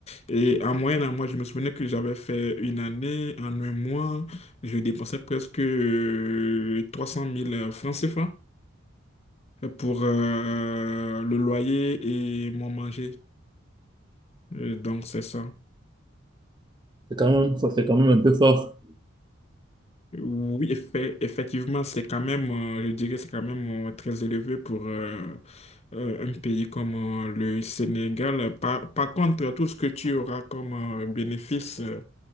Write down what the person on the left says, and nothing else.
Et en moyenne, en moi, je me souvenais que j'avais fait une année, en un mois, je dépensais presque euh, 300 000 francs CFA pour euh, le loyer et mon manger. Euh, Donc, c'est ça.
Oui, effe- effectivement, c'est quand même, euh, je dirais, c'est quand même euh, très élevé pour euh, euh, un pays comme euh, le Sénégal. Par, par contre, tout ce que tu auras comme euh, bénéfice euh,